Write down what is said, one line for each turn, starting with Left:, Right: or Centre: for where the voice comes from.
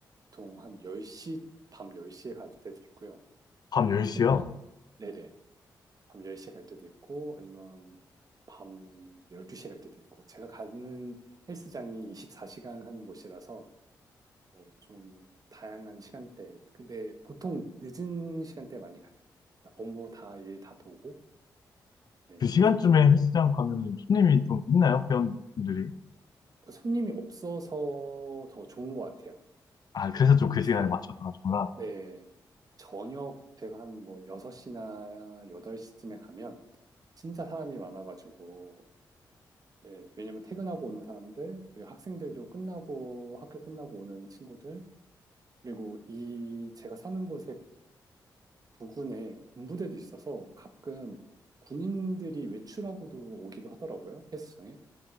Right: 보통 한 10시, 밤 10시에 갈 때도 있고요.
Left: 밤 10시요?
Right: 새벽, 네네, 밤 10시에 갈 때도 있고, 아니면 밤 12시에 갈 때도 있고, 제가 가는 헬스장이 24시간 하는 곳이라서 어, 좀 다양한 시간대. 근데 보통 늦은 시간대에 많이 가요. 업무 다, 일 다 보고, 네,
Left: 그 시간쯤에
Right: 늦은 시간대.
Left: 헬스장 가면 손님이 좀 있나요? 회원분들이?
Right: 그 손님이 없어서 더 좋은 것 같아요.
Left: 아, 그래서 좀
Right: 저는
Left: 그 시간에
Right: 사,
Left: 맞춰서 가시구나.
Right: 네. 저녁 제가 한 뭐 6시나 8시쯤에 가면 진짜 사람이 많아가지고, 예, 왜냐면 퇴근하고 오는 사람들, 그리고 학생들도 끝나고, 학교 끝나고 오는 친구들, 그리고 이 제가 사는 곳에 부근에 군부대도 있어서 가끔 군인들이 외출하고도 오기도 하더라고요, 헬스장에.